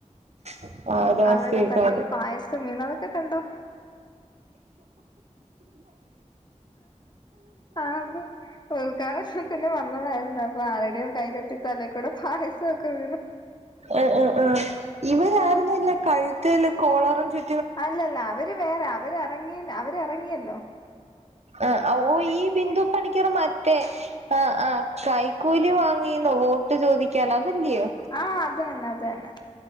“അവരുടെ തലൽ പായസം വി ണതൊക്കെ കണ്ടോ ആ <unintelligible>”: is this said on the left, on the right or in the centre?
Left